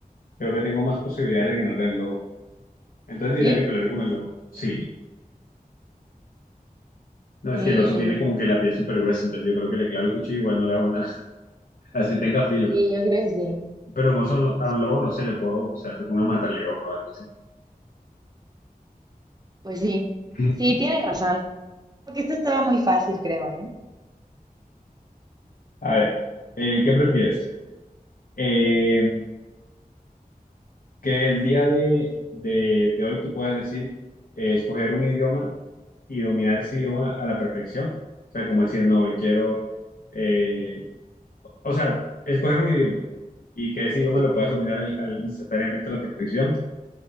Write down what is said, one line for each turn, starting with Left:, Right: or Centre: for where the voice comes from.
Left: Creo que tengo más posibilidades de ganarle al lobo. Entonces diría
Right: ¿Sí?
Left: que pelear con el lobo. Sí. No, es
Right: Mm,
Left: que el oso tiene como que la piel súper gruesa, entonces yo creo que le clavo el cuchillo igual no le hago nada. <laughs> Así tenga filo.
Right: sí, yo creo que sí.
Left: Pero un oso no- a
Right: Sí.
Left: un lobo no se le puedo, o sea, se pone a matar león o algo así.
Right: Pues sí,
Left: <laughs>
Right: sí, tienes razón. Porque esto estaba muy fácil, creo, ¿eh?
Left: A ver, eh, ¿qué prefieres? Eh, que el día de, de- de hoy tú puedas decir, eh, escoger un idioma y dominar ese idioma a la perfección. O sea, como decir, no, hoy quiero, eh, o sea, escoger un idioma y que ese
Right: Sí,
Left: idioma
Right: sí.
Left: lo puedas dominar al- al- instantáneamente a la perfección